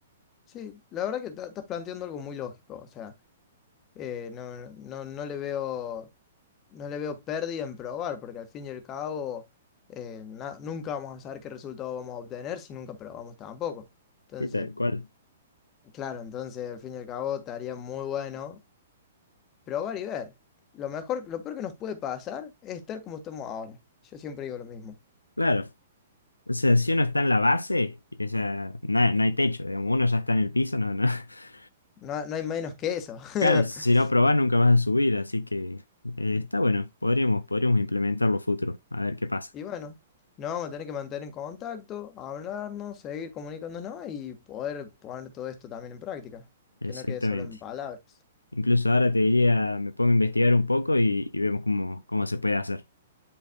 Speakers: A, on the left; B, on the left.
A: Sí, la verdad que ta- estás planteando algo muy lógico, o sea, eh, no, no, no no le veo no le veo pérdida en probar, porque al fin y al cabo eh, na- nunca vamos a saber qué resultado vamos a obtener si nunca probamos tampoco. Entonces,
B: sí, tal cual.
A: claro, entonces al fin y al cabo estaría muy bueno probar y ver. Lo mejor, lo peor que nos puede pasar es estar como estamos ahora. Yo siempre digo lo mismo.
B: Claro, o sea, si uno está en la base, o sea, no, hay no hay techo, digamos, uno ya está en el piso, no, no. <laughs>
A: No, no hay menos que eso. <laughs>
B: Claro, si no probás nunca vas a subir, así que eh, está bueno, podríamos, podríamos implementarlo futuro, a ver qué pasa.
A: Y bueno, nos vamos a tener que mantener en contacto, hablarnos, seguir comunicándonos y poder poner todo esto también en práctica,
B: Exactamente.
A: que no quede solo en palabras.
B: Incluso ahora te diría, me pongo a investigar un poco y, y vemos cómo, cómo se puede hacer.